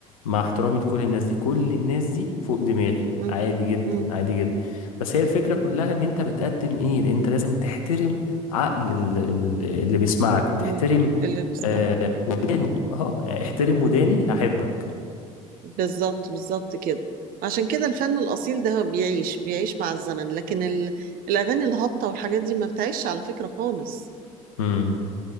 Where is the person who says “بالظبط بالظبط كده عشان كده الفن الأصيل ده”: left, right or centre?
Right